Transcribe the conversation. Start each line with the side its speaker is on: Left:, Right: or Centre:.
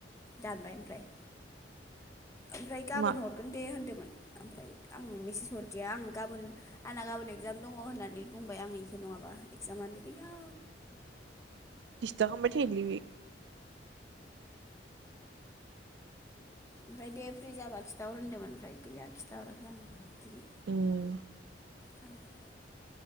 Left: दानबाय ओमफ्राय ओमफ्राय गाबोन
Right: मा
Left: हरगोन दे होन्दोंमोन आं मेसेज हरदिया आं गाबोन आंना गाबोन एगजाम दङ होननानै बुंबाय आं इखौ नङाबा इगजामानो गैया।
Right: इस्थ खालामबाय थैलि बे
Left: ओमफ्राय दे फ्रि जाबा खिथाहर होनदोंमोन ओमफ्राय गैया खिथाहराखै आं दिनै
Right: उम
Left: थबाय!